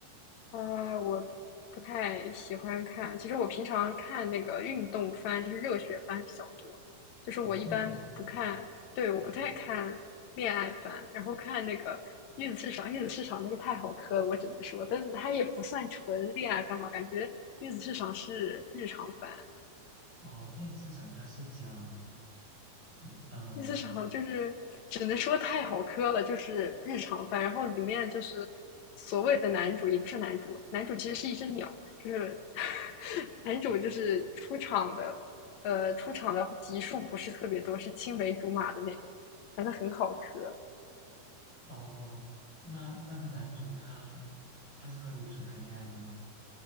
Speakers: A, on the left (about 65°); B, on the right (about 70°).
A: 啊，我不太喜欢看。其实我平常看那个运动番，就是热血番比较多。就是我一般不看，
B: 哦，热血番。
A: 对，我不太看恋爱番，
B: 哦
A: 然后看那个月子市场，
B: 嗯
A: 月子市场那个太好磕了，我只能说，但是它也不算纯恋爱番吧，感觉月子市场是日常番。
B: 哦，燕子市长他是讲，嗯呃，
A: 第四场就是只能说太好磕了，就是日常番。然后里面就是所谓的男主也不是男主，男主其实是一只鸟，就是 <laughs> 男主就是出场的，
B: 哦，
A: 呃，出场的集数不是特别多，是青梅竹马的那种，反正很好磕。
B: 哦那那个男主他他是和女主谈恋爱的吗？